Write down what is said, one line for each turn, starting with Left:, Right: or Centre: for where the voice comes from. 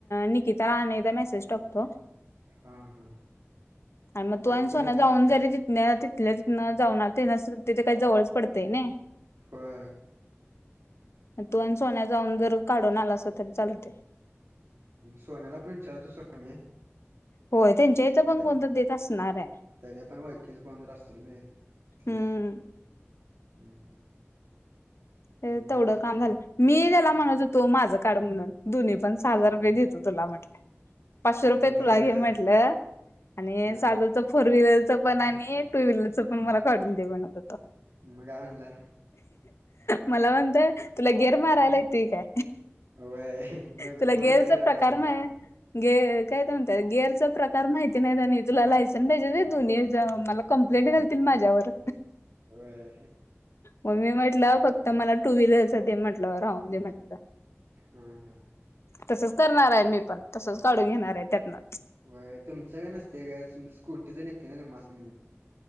Left: निकिता आणि एकदा मेसेज टाकतो.
Right: हा हा
Left: आणि मग तू आणि
Right: मी
Left: सोन
Right: पण विचारतो
Left: जाऊन जरी तिथ नाही तिथल्या ति न जाऊणार ते न तिथे काही जवळच पडतंय नाही.
Right: बरं.
Left: तू आणि सोन्या जाऊन जर काढून आला अस तरी चालते.
Right: सोन्याला पण विचारतो सोड. मी
Left: होय त्यांच्या इथ पण
Right: त्या
Left: कोण तर देत असणार.
Right: त्याच्या पण ओळखीचं कोणतं असलेले तिथले..
Left: हम्म
Right: हम्म हम्म.
Left: ते
Right: बघूया
Left: तेवढं
Right: की आता
Left: काम झालं. मी त्याला म्हणत होतो माझं का्ड म्हणून दुन्ही पण सहा हजार रुपये देतो तुला म्हटले. पाचशे
Right: हम्म
Left: रुपये तुला
Right: खरं
Left: घे म्हटलं. आणि
Right: हा
Left: साधाच फोर व्हीलरच पण आणि टू व्हीलरच पण मला काढून दे म्हणत. होत
Right: मग आणला
Left: मला म्हणतोय तुला गेर मारायला येत काय.
Right: व्हय मग
Left: तुला
Right: फोर
Left: गेरचा
Right: व्हीलर याय
Left: प्रकार
Right: पाहिजे
Left: माही
Right: बा
Left: गेर काय म्हणतात गेअरचा प्रकार माहिती नाही त्यानी तुला लायसन पाहिजे ते दुन मला. कंप्लेंट घालतील माझ्यावर.
Right: व्हय
Left: मग् मी म्हटलं फक्त मला टू व्हीलरचा दे म्हटलं राहून दे म्हटल.
Right: हा हा.
Left: तसच करणार आहे मी पण तसच काढून घेणार आहे त्यातनं.
Right: वय तुमच काय नसते ग स्कूटीचं निसते ना तुम्हास नी.